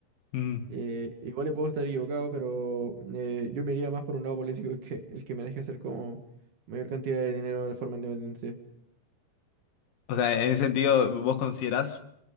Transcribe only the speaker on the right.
Eh, igual le puedo estar equivocado, pero eh, yo me iría más por un lado político el que el que me deje hacer como mayor cantidad de dinero de forma independiente.